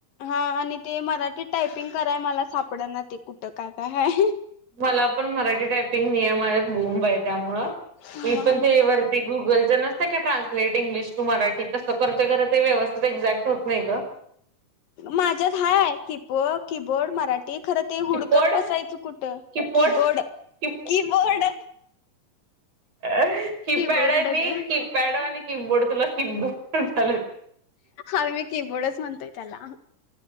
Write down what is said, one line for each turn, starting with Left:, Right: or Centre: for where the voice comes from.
Left: हा आणि ते मराठीत टायपिंग कराया मला सापड ना ते कुठं काय काय हाय.
Right: मला पण मराठी टायपिंग नियमात बोंब आहे त्यामुळ
Left: मग
Right: मी पण ते वर ते गुगलच नसतय काय ट्रान्सलेट इंग्लिश टू मराठी तसं करते खरं ते व्यवस्थित एक्झॅक्ट होत नाही गं.
Left: माझ्यात हाय की पो की-बोर्ड मराठी खर ते
Right: किपड
Left: हुडकत बसायचं कुठं
Right: किपड
Left: की-बोर्ड,
Right: कि
Left: की-बोर्ड.
Right: अ कीपॅड
Left: कीबोर्ड
Right: आणि
Left: ग
Right: की पॅड वाणी कि-बोर्ड तुला की-बोर्ड वाटालय ते
Left: आम्ही की-बोर्डच म्हणतोय त्याला